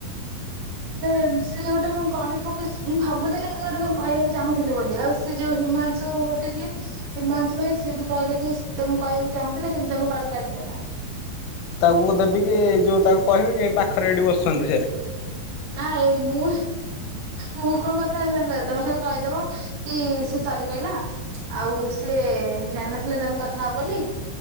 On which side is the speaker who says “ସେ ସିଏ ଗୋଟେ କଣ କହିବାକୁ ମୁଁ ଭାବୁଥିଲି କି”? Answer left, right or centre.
Right